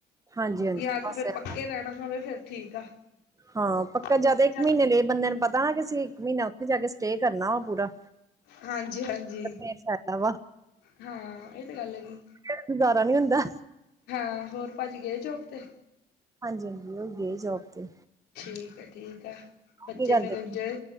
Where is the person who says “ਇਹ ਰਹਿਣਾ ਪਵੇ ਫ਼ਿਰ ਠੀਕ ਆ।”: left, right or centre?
Left